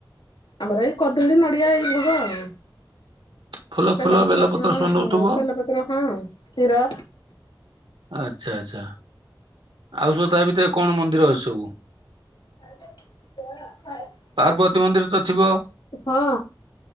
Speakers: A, on the left; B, on the right.
A: ଆମର ଏଇ କଦଳୀ ନଡିଆ ଏଇ ଭୋଗ ଆଉ।
B: ଫୁଲ
A: ବେଲପତ୍ର
B: ଫୁଲ
A: ହଁ,
B: ସବୁ ନଉଥିବ
A: ହଁ ବେଲପତ୍ର ହଁ କ୍ଷୀର।
B: ଆଚ୍ଛା ଆଚ୍ଛା, ଆଉ ସବୁ ତା ଭିତରେ କଣ ମନ୍ଦିର ଅଛି ସବୁ?
A: <unintelligible>
B: ପାର୍ବତୀ ମନ୍ଦିର ତ ଥିବ?
A: ହଁ।